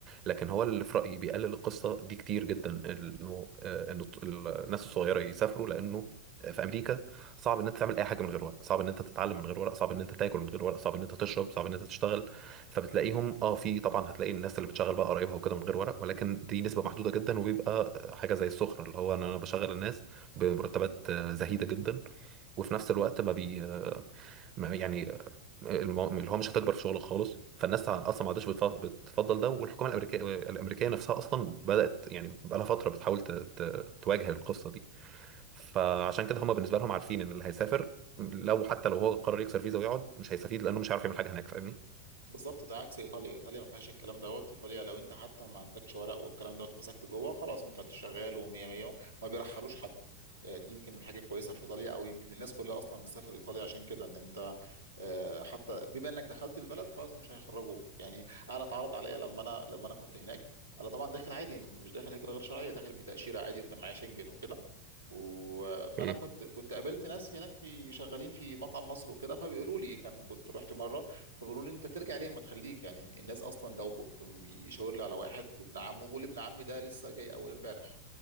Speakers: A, on the right (about 35°); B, on the right (about 80°).
A: لكن هو اللي في رأيي بيقلل القصة دي كتير جدا انه آه، ان الط- الناس الصغيرة يسافروا لانه في امريكا صعب ان انت تعمل اي حاجه من غير ورق صعب ان انت تتعلم من غير ورق صعب ان انت تاكل من غير ورق صعب ان انت تشرب صعب ان انت تشتغل فبتلاقيهم اه في طبعا هتلاقي الناس اللي بتشغل بقى قرايبها وكده من غير ورق ولكن دي نسبه محدوده جدا وبيبقى حاجه زي السخره اللي هو ان انا بشغل الناس بمرتبات آه، زهيده جدا وفي نفس الوقت ما بي آه، ما- يعني المو- اللي هو مش هتكبر في شغلك خالص فالناس تع- اصلا ما عادش بتف- بتفضل ده والحكومه الامريكيه الامريكيه نفسها اصلا بدات يعني بقى لها فتره بتحاول ت- ت- تواجه القصه دي فعشان كده هم بالنسبه لهم عارفين ان اللي هيسافر لو حتى لو هو قرر يكسر فيزا ويقعد مش هيستفيد لانه مش هيعرف يعمل حاجه هناك فاهمني
B: بالظبط ده عكس ايطاليا ايطاليا ما فيهاش الكلام دوت ايطاليا لو انت حتى ما عندكش ورق والكلام دوت مسكت جوه خلاص انت شغال ومية مية ما بيرحلوش حد آه، دي يمكن الحاجه كويسه في ايطاليا او يمكن الناس كلها اصلا بتسافر ايطاليا عشان كده ان انت آه، حتى بما انك دخلت البلد خلاص مش هيخرجوك يعني انا اتعرض عليا لما انا لما انا كنت هناك انا طبعا داخل عادي مش داخل هجره غير شرعيه داخل بتاشيره عادي وكان معايا شنجن وكده و... فانا
A: اوكي
B: كنت كنت قابلت ناس هناك في شغالين في مطعم مصر وكده فبيقولوا لي كان كنت رحت مره فبيقولوا لي انت ترجع ليه ما تخليك يعني الناس اصلا ده ب- بيشاور لي على واحد ابن عمه بيقول لي ابن عمي ده لسه جاي اول امبارح